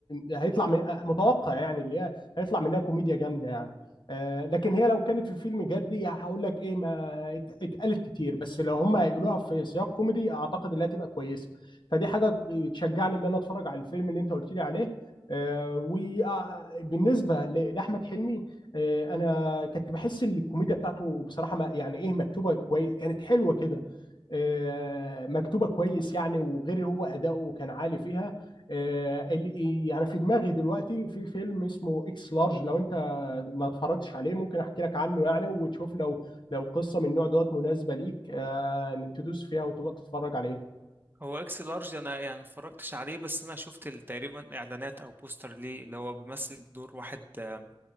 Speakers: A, on the left; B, on the right.
A: هيطلع من آه، متوقع يعني اللي هي هيطلع منها كوميديا جامده يعني آه، لكن هي لو كانت في فيلم جدي هقول لك ايه ما ات- اتقالت كتير بس لو هم هيقولوها في سياق كوميدي اعتقد انها تبقى كويسه فدي حاجه تشجعني ان انا اتفرج على الفيلم اللي انت قلت لي عليه وبالنسبه لاحمد حلمي آه، انا كنت بحس ان الكوميديا بتاعته بصراحه ما يعني ايه مكتوبه كويس كانت حلوه كده آه، مكتوبه كويس يعني وغير هو اداؤه كان عالي فيها آه، ال- يعني في دماغي دلوقتي في فيلم اسمه اكس لارج لو انت ما اتفرجتش عليه ممكن احكي لك عنه يعني وتشوف لو لو قصه من النوع دوت مناسبه ليك آه، تدوس فيها وتبقى تتفرج عليه
B: هو اكس لارج انا يعني ما اتفرجتش عليه بس انا شفت ال- تقريبا اعلانات او بوستر ليه اللي هو بيمثل دور واحد آه،